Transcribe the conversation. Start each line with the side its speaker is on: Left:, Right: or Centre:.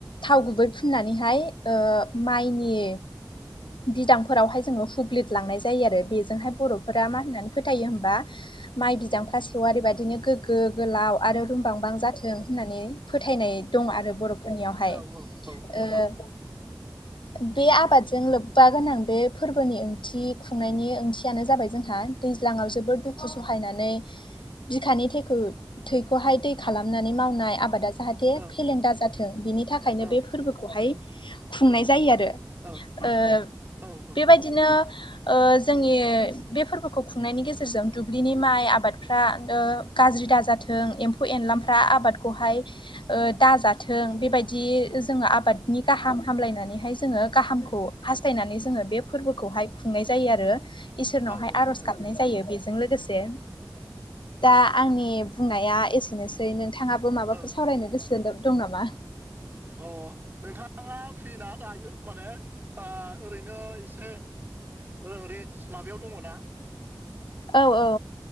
Left: थाव गुबै फुननानैहाय ओ माइनि बिदांफोरावहाय जोङो हुब्लिद लांनाय जायो आरो बेजोंहाय बर'फोर मा होननानै फोथायो होमबा माइ बिदांफ्रा सेवारि बादिनो गोग्गो गोलाव आरो रुमबांबां जाथों होननानै फोथायनाय दं आरो बर'फोरनियावहाय
Right: औ औ औ
Left: ओ
Right: औ
Left: बे आबादजों लोब बा गोनां बे फोरबोनि ओंथि खुंनायनि ओंथियानो जाबाय जोंहा दैज्लाङाव जोबोद दुखु सुखु सहायनानै बिखानि थैखौ थैखौहाय दै खालामनानै मावनाय आबादा जाहाथे
Right: औ औ
Left: फेलेंदा जाथों बिनि थाखायनो
Right: औ
Left: बे फोरबोखौहाय खुंनाय जायो आरो
Right: औ
Left: ओ
Right: औ
Left: बेबायदिनो ओ जोंनि बे फोरबोखौ खुंनायनि गेजेरजों दुब्लिनि माइ आबादफ्रा गाज्रि दाजाथों एम्फौ एनलाफ्रा आबादखौहाय दाजाथों बेबायदि जों आबादनि गाहाम हामलायनानैहाय जोङो गाहामखौ हासथायनानै थायनानै जोङो बे फोरबोखौहाय खुंनाय जायो आरो इसोरनावहाय
Right: औ
Left: आर'ज गाबनाय
Right: औ
Left: जायो बे जों लोगोसे दा आंनि बुंनाया एसे बेनोसै नोंथाङाबो माबाफोर
Right: औ
Left: सावरायनो गोसो दं नामा
Right: अ नोंथाङा फ्रिना दायो माने ओरैनो एसे ओ रेस माबायाव दङना?
Left: औ औ